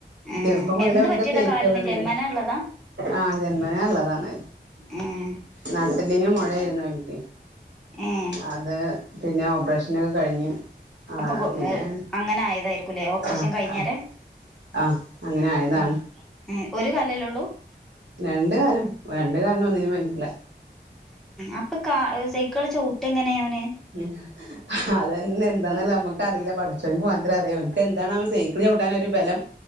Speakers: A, in the centre; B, on the right.
A: ഏഹ്
B: ചെർപ്പം മുതലേ
A: എന്ത്
B: അവൻക്ക്
A: പറ്റിയതാ
B: സെയ്ക്കള്ണ്ട്
A: കാലിന് ജന്മനാ ഉള്ളതാ
B: ആഹ് ജന്മനാള്ളതാണ്
A: ഏഹ്
B: നട്ടെല്ലിന് മൊഴായിരുന്നു അവൻക്ക്
A: ഏഹ്
B: അത് പിന്നെ ഓ പ്പറേഷനൊക്കെ കഴിഞ്ഞ് ആഹ്
A: അപ്പൊ
B: പിന്നെ
A: അങ്ങനെ ആയതായിരിക്കുംല്ലേ ഓപ്പറേഷൻ
B: ആഹ്
A: കഴിഞ്ഞേരെ
B: അഹ് ആഹ് അങ്ങനെ ആയതാണ്
A: ഉം ഏഹ് ഒരു കാലിലല്ലേ ഒള്ളൂ
B: രണ്ട് കാലും രണ്ട് കാലിനും ഒന്നിനും വയ്ക്കൂല
A: അപ്പൊ കാ സൈക്കിള് ചൗട്ടഎങ്ങനെ അവന്
B: ഉം അതന്നെ എന്താന്ന്ള്ള അമ്മക്ക് അറീല്ല പടച്ചോൻക്ക് മാത്രം അറിയോ ഓൻക്ക് എന്താണ്ണാവോ സൈക്കിള് ചൗട്ടാൻ ഒരു ബലം